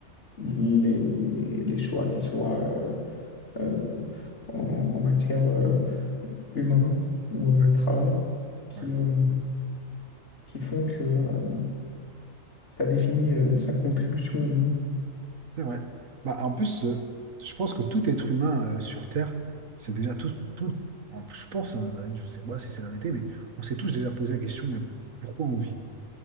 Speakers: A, on the left (about 60°); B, on the right (about 80°).
A: les, les choix qui soient euh, euh, en, en matière euh, humain ou euh, de
B: Ouais.
A: travail qui,
B: Ouais.
A: euh, qui font que euh, ça définit euh, sa contribution au monde.
B: C'est vrai. Bah, en plus, euh, je pense que tout être humain euh, sur Terre, c'est déjà tous, tout, en- je pense, hein, bah, je sais pas si c'est l'arrêté, mais on s'est tous déjà posé la question, mais pourquoi on vit?